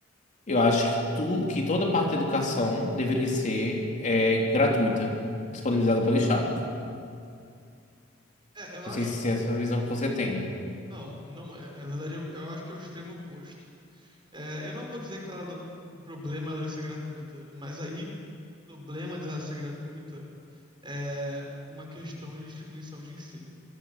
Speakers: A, on the left; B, on the right.
A: eu acho que, tu, que toda parte da educação deveria ser é, gratuita, disponibilizada
B: Aham.
A: pelo Estado.
B: É, eu acho
A: Não sei se
B: que uma.
A: é essa a visão que você tem.
B: Não, não é. Na verdade, eu, eu acho que é o extremo oposto. É, eu não vou dizer que ela não- que o problema é ela ser gratuita, mas aí o problema dela ser gratuita é uma questão de distribuição de ensino.